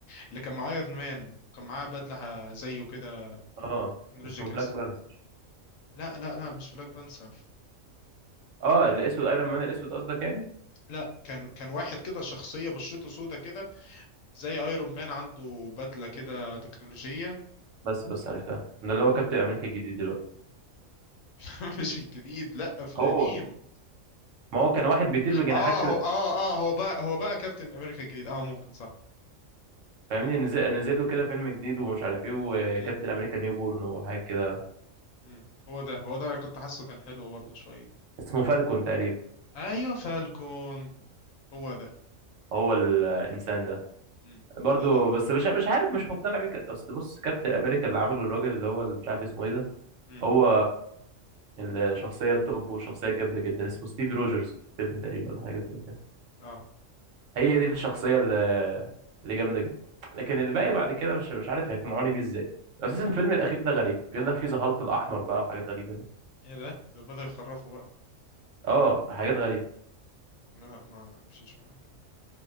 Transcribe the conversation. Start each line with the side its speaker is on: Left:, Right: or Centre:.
Left: اللي كان معاه ايرون مان وكان معاه بدله زيه كده
Right: اه
Left: تكنولوجيا
Right: اسمه
Left: كان
Right: بلاك
Left: اس...
Right: بانثر
Left: لا لا لا مش بلاك بانثر
Right: اه
Left: ك...
Right: الاسود ايرون مان الاسود قصدك يعني
Left: لا كان كان واحد كده شخصيه بشرته سودا كده زي ايرون مان عنده بدله كده تكنولوجيه
Right: بس بس عرفتها ده اللي هو كابتن امريكا الجديد دلوقتي
Left: <laughs> مش الجديد لا في القديم
Right: هو ما هو كان واحد بيطير بجناحات
Left: اه
Right: كده
Left: هو اه اه هو بقى هو بقى كابتن امريكا الجديد اه ممكن صح
Right: فاهمني نزل, نزل له كده فيلم جديد ومش عارف ايه وكابتن
Left: مم.
Right: امريكا نيو بورن وحاجات كده
Left: مم. هو ده هو ده كنت حاسه كان حلو برضه شويه
Right: اسمه فالكون تقريبا
Left: ايوه فالكون هو ده
Right: هو الانسان ده
Left: مم.
Right: برضو
Left: لا ده اه
Right: بس مش مش عارف مش مقتنع بيه ك- اصل بص كابتن امريكا اللي عمله الراجل اللي هو اللي مش عارف اسمه ايه ده
Left: مم.
Right: هو الشخصيه التوب والشخصيه الجامده جدا اسمه ستيف روجرز في الفيلم تقريبا ولا حاجه زي كده
Left: اه
Right: هي دي الشخصيه اللي اللي جامده جدا لكن الباقي
Left: مم.
Right: بعد كده مش مش عارف هيقنعوني بيه ازاي اساسا
Left: مم.
Right: الفيلم الاخير ده غريب بيقول لك فيه ذا هالك الاحمر بقى وحاجات غريبه كده
Left: ايه ده ده بدأ يخرفه بقى
Right: اه حاجات غريبه
Left: لا ما مشيش معايا كده